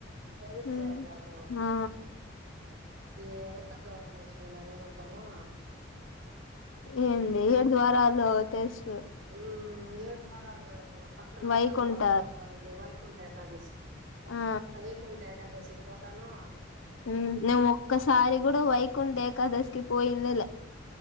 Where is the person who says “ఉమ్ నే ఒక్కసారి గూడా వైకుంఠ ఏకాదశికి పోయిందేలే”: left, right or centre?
Left